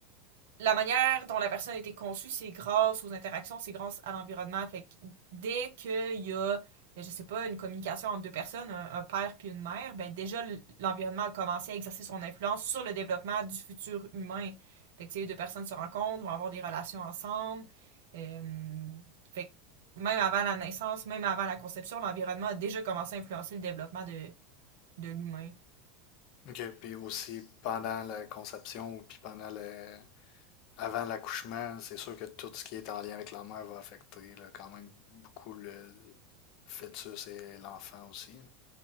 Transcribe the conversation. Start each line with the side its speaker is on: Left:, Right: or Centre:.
Right: la manière dont la personne a été conçue, c'est grâce aux interactions, c'est grâce à l'environnement. Fait que dès qu'il y a, ben, je sais pas, une communication entre deux personnes, un, un père puis une mère, ben déjà l'environnement a commencé à exercer son influence sur le développement du futur humain. Fait que si les deux personnes se rencontrent, vont avoir des relations ensemble. Euh, fait que même avant la naissance, même avant la conception, l'environnement a déjà commencé à influencer le développement de, de l'humain.
Left: Ok, puis aussi pendant la conception ou puis pendant le. Avant l'accouchement, c'est sûr que tout ce qui est en lien avec la mère va affecter là, quand même beaucoup le fœtus et l'enfant aussi.